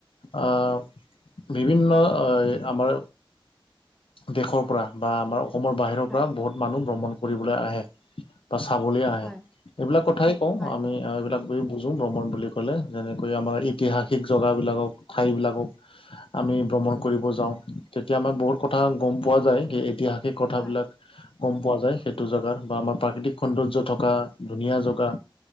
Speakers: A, on the left (about 80°); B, in the centre.
A: আ' বিভিন্ন- অঁ' আমাৰ দেশৰ পৰা বা আমাৰ অসমৰ বাহিৰৰ
B: হয়,
A: পৰা বহুত- মানুহ ভ্ৰমণ কৰিবলৈ আহে বা চাবলৈ আহে।
B: হয়,
A: এইবিলাক কথাই কওঁ
B: হয়,
A: আমি এইবিলাক- বুলি বুজোঁ ভ্ৰমণ বুলি ক'লে যেনেকৈ আমাৰ ইতিহাসিক জগাবিলাকক ঠাইবিলাকক- আমি- ভ্ৰমণ কৰিব যাওঁ তেতিয়া আমাৰ বহুত কথা গম পোৱা যায় যে ইতিহাসিক কথাবিলাক-
B: হয়, হয়,
A: গম পোৱা যায় সেইটো জেগাত বা আমাৰ প্ৰাকৃতিক সৌন্দৰ্য থকা ধুনীয়া জগা।